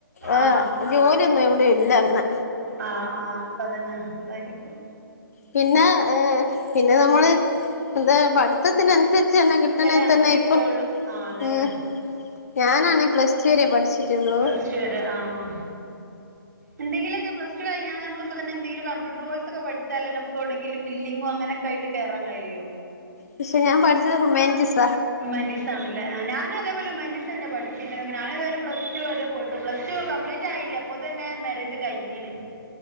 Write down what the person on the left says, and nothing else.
ഏഹ്
ജോലിയൊന്നും എവിടെ ഇല്ല അങ്ങനെ.
പിന്നെ ഏഹ് പിന്നെ നമ്മള് എന്താ പഠിത്തത്തിനനുസ ച്ചെന്നെ കിട്ടണേ
തന്നെ
ഇപ്പോ
ഉം. ഞാനാണേ പ്ലസ് ടു വരെ പഠിച്ചിട്ടുള്ളൂ.
പക്ഷേ ഞാൻ പഠിച്ചത് ഹ്യൂമാൻറ്റിസ്